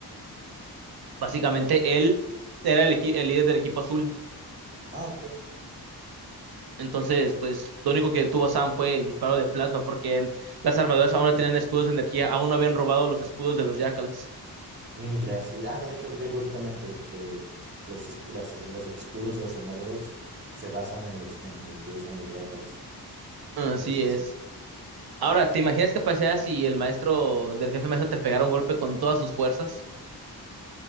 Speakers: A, on the right; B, on the right.
A: Básicamente él era el, equi- el líder del equipo azul.
B: Ah, ok.
A: Entonces, pues lo único que tuvo Sam fue el disparo de plasma, porque en- las armaduras aún no tenían escudos de energía, aún no habían robado los escudos de los Jackals.
B: Mm, ya, sí. Ah, de hecho, vi justamente que los, escu- las- los escudos de las armaduras se basan en los, en el que usan los jackals.
A: Así
B: Sí, sí,
A: es.
B: sí.
A: Ahora, ¿te imaginas qué pasaría si el maestro del jefe maestro te pegara un golpe con todas sus fuerzas?